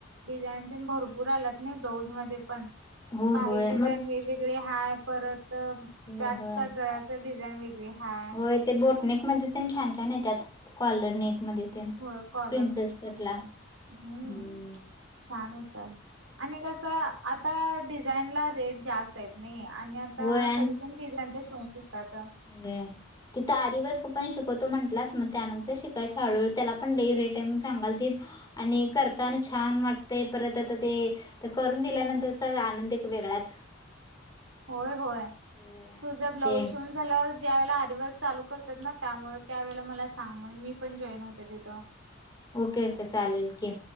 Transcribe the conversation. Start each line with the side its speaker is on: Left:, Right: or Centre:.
Right: डिझाईन ते भरपूर आलात नाही ब्लाऊज मध्ये पण
Left: होय
Right: बाही
Left: होय
Right: डिझाईन
Left: मग
Right: वेगवेगळे हाय परत
Left: होय
Right: बॅगचा
Left: होय
Right: गळ्याच डिझाईन वेगळे हाय
Left: होय ते बोटनेक मध्ये पण छान छान येतात कॉलरनेक मध्ये तेन
Right: हो कॉलर
Left: प्रिन्सेस
Right: नट
Left: कटला
Right: म प हम्म.
Left: होय
Right: छान होतात आणि कसं आता डिझाईन ला रेट जास्त. नाही आणि आता
Left: होय
Right: सगळे जण डिझाईनचे शिवून घेतात.
Left: हो. तिथ आरी वर्ग पण शिकवतो म्हटलात. मग त्यानंतर शिकायचं हळूहळू त्याला पण लय रेट आहेत सांगालतीतं. आणि करताना छान वाटतय परत आता ते तर करून दिल्यानंतरचा आनंद एक वेगळाच.
Right: होय.. होय..
Left: होय
Right: तुझा ब्लाऊज
Left: ते
Right: शिवून झाल्यावर ज्यावेळा आरीवर्क चालू करतात ना त्यामुळे त्यावेळे मला सांग. मग मी पण जॉईन होते तिथं.
Left: ओके.. ओके.. चालेल की.